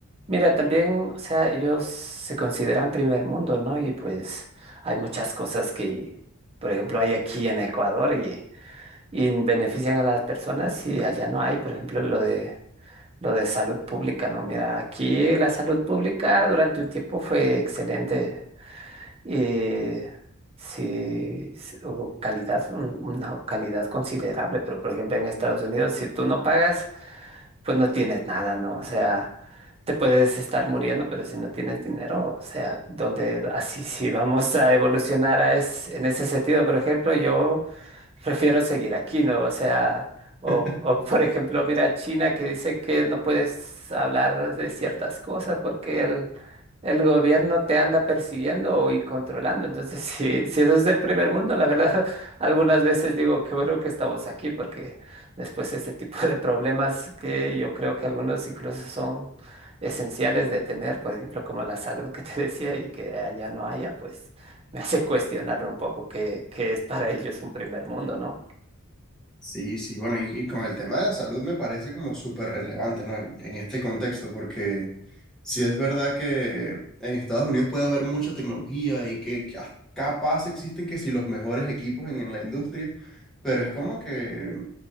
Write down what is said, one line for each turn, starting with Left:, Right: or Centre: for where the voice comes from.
Right: mira, también, o sea, ellos se consideran primer mundo, ¿no? Y pues hay muchas cosas que, por ejemplo, hay aquí en Ecuador y, y benefician a las personas y allá no hay, por ejemplo, lo de lo de salud pública, ¿no? Mira, aquí la salud pública durante un tiempo fue excelente y sí, s- hubo calidad, un- una calidad considerable, pero por ejemplo en Estados Unidos, si tú no pagas pues no tienes nada, ¿no? O sea, te puedes estar muriendo, pero si no tienes dinero, o sea, donde así si vamos a evolucionar a es, en ese sentido, por ejemplo, yo prefiero seguir aquí, ¿no? O sea, o,
Centre: <laughs>
Right: o por ejemplo, mira China que dice que no puedes hablar de ciertas cosas porque el el gobierno te anda persiguiendo y controlando. Entonces, <laughs> si, si eso es del primer mundo, la verdad, <laughs> algunas veces digo, qué bueno que estamos aquí, porque después este tipo de problemas que yo creo que algunos incluso son esenciales de tener, por ejemplo, como la salud que te decía y que allá no haya, pues <laughs> me hace cuestionar un poco qué, qué es para ellos un primer mundo, ¿no?
Centre: Sí, sí, bueno, y, y con el tema de la salud me parece como súper relevante, ¿no? En, en este contexto, porque sí es verdad que en Estados Unidos puede haber mucha tecnología y que, que hasta capaz existen que si los mejores equipos en, en la industria, pero es como que